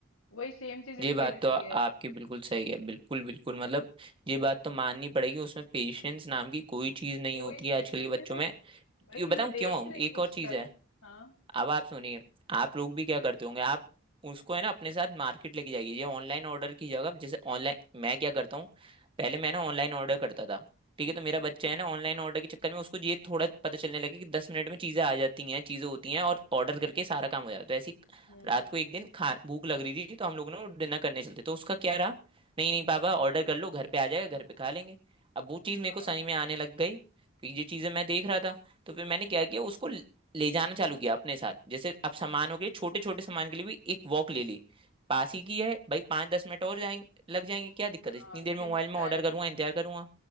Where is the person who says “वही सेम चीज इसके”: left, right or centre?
Left